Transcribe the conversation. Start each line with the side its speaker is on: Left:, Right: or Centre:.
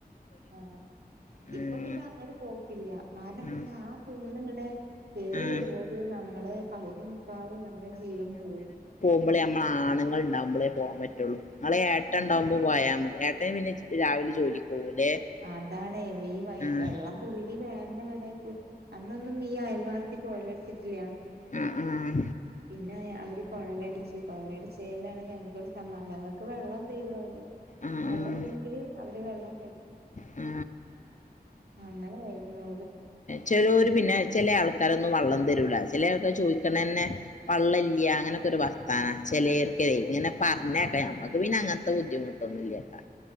Right: ആഹ്‌
Left: ഉം
Right: ഇപ്പൊ പിന്നെ അങ്ങട് പോക്കില്ല കാരണം എന്താച്ചാ
Left: ഉം
Right: ആ കുന്ന് ഇങ്ങട് ഹേ. കേറി
Left: ഉം
Right: വരുമ്പോളെക്ക് നമ്മള് പകുതി മുക്കാലും നമ്മുടെ ജീവൻ പോയി.
Left: മ്പളേ നമ്മ ആണുങ്ങൾ ഉണ്ടാവുമ്പളേ പോകൻ പറ്റുള്ളൂ. ഇങ്ങളെ ഏട്ടൻ
Right: ഓ
Left: ഉണ്ടാവുമ്പോ പോയാ മതി ഏട്ടാ ൻ പിന്നെ രാവിലെ ജോലിക്ക് പോകൂല്ലേ
Right: അതാണേ ഈ വ
Left: ആഹ്
Right: വെള്ളം തുള്ളി വേണ്ടേ ഇവിടെ. അന്നൊന്നും ഈ അയൽവാസി കോയല് അടി ച്ചിട്ടില്ലാ
Left: ആഹ് ആഹ്
Right: പിന്നെ അയാ അവര് കൊഴലടിച്ചു കൊഴലടിച്ചേലാണ് ഞങ്ങക്ക് ഒരു സമാന ഞങ്ങൾക്ക് വെള്ളം തരും അവര്
Left: ആഹ്
Right: വെള്ളം ഇല്ലെങ്കില് അവര് വെള്ളം തരും.
Left: ആ
Right: അങ്ങനാരുന്നു.
Left: ചെലോര് പിന്നെ ചില ആൾക്കാ രോന്നും വള്ളം തരൂല ചില ആള്ക്കാര്. ചോദിക്കണ തന്നെ. വള്ളല്യയാ അങ്ങനൊക്കൊ ഒരു വർത്താന ചിലേർക്കേ ഇങ്ങനെ പറഞ്ഞ്
Right: ആഹ്
Left: കേക്കാം നമ്മക്ക് പിന്നെ അങ്ങനെത്തേ <unintelligible> ബുദ്ധിമുട്ടൊന്നുമില്ലട്ടോ.